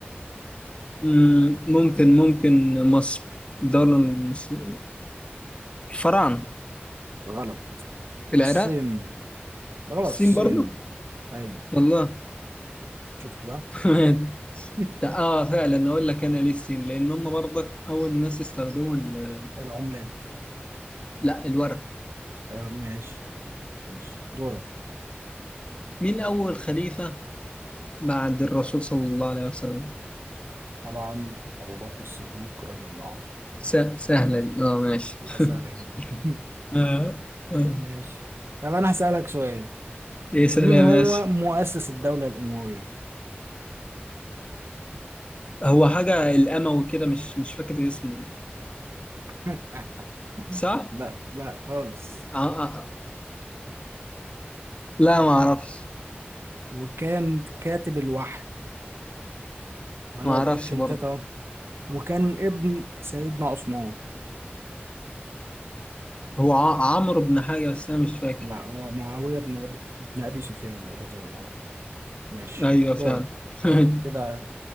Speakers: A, on the left; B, on the right.
A: مم، ممكن ممكن مصر الدولة المصر... الفراعنة
B: غلط
A: في العراق
B: الصين غلط
A: الصين
B: الصين
A: برضو
B: ايوه
A: والله
B: شفت بقى
A: <laughs>
B: <laughs>
A: اه فعلا اقول لك انا ليه الصين لان هم برضك اول ناس استخدموا ال...
B: العملات
A: لا الورق
B: آه، ماشي ماشي دورك
A: مين اول خليفة بعد الرسول صلى الله عليه وسلم
B: طبعا ابو بكر الصديق رضي الله عنه
A: س... سهلة دي اه ماشي
B: يبقى سهله
A: <laughs>
B: جدا <laughs>
A: آه. آه.
B: ماشي طب انا هسألك سؤال
A: ايه سهلة
B: مين
A: يا
B: هو
A: باشا
B: مؤسس الدولة الأموية؟
A: هو حاجة الاموي كده مش مش فاكر اسمه
B: <laughs>
A: صح؟
B: لا لا خالص
A: آه. آه. آه. لا ما اعرفش
B: وكان كاتب الوحي انا
A: ما اعرفش
B: بديك انت
A: برضه
B: اهو وكان ابن سيدنا عثمان
A: هو ع- عمرو بن حاجة بس أنا مش فاكر
B: لا هو معاوية بن بن ابي سفيان رضي الله عنه ماشي
A: أيوه
B: دورك
A: فعلا <laughs>
B: كده